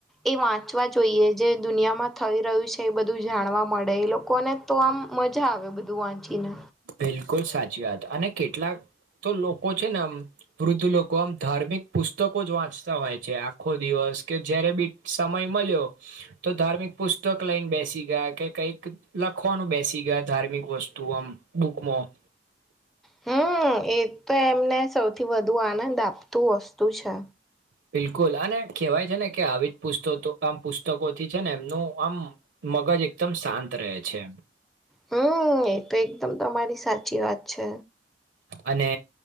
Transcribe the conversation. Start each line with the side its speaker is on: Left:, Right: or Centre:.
Centre: એ વાંચવા જોઈએ જે દુનિયામાં થઈ રહ્યું છે એ બધું જાણવા મળે એ લોકો લોકોને તો આમ મજા આવે બધું વાંચીને
Right: બિલકુલ સાચી વાત અને કેટલાક તો લોકો છે ને આમ વૃદ્ધ લોકો આમ ધાર્મિક પુસ્તકો જ વાંચતા હોય છે આખો દિવસ કે જયારે બી સમય મળ્યો તો ધાર્મિક પુસ્તક લઈને બેસી ગયા કે કઈક લખવાનું બેસી ગયા ધાર્મિક વસ્તુ આમ બુકમાં
Centre: હમ એ તો એમને સૌથી વધુ આનંદ આપતું વસ્તુ છે.
Right: બિલકુલ અને કહેવાય છે ને કે આવી જ પુસ્તકો આમ પુસ્તકોથી છે ને એમનું આમ મગજ એકદમ શાંત રહે છે એ
Centre: હમ એ તો એકદમ તમારી સાચી વાત છે
Right: અને